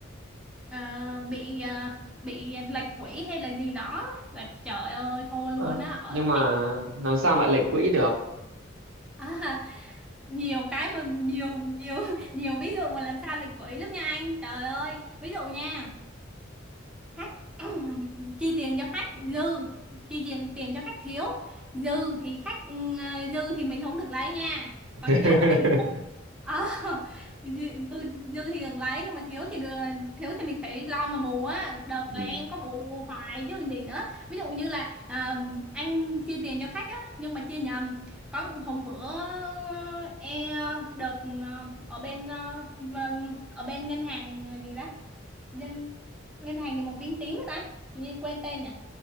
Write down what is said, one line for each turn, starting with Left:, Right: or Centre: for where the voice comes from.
Centre: Ờ, bị ờ, bị lệch quỹ hay là gì đó và trời ơi thôi luôn
Right: Ờ,
Centre: á ở
Right: Nhưng mà
Centre: lại
Right: làm sao mà lệch quỹ được?
Centre: à, nhiều cái mà nhiều nhiều <laughs> nhiều ví dụ mà làm sao lệch quỹ lắm nha anh trời ơi ví dụ nha khách <clears throat> chi tiền cho khách dư chi tiền tiền cho khách thiếu dư thì khách ừ, ờ, dư thì mình không được lấy nha
Right: <laughs>
Centre: còn thiếu là mình à, <laughs> dư, dư dư thì đừng lấy nhưng mà thiếu thì đừng, thiếu thì mình phải lo mà bù á đợt
Right: ừ.
Centre: là em có bù hoài chứ còn gì nữa ví dụ như là à, anh chia tiền cho khách á nhưng mà chia nhầm có hôm bữa e, đợt ờ, ở bên ờ, mà- ở bên ngân hàng gì đó ngân ngân hàng gì màu tím tím đó ta Tự nhiên quên tên nhỉ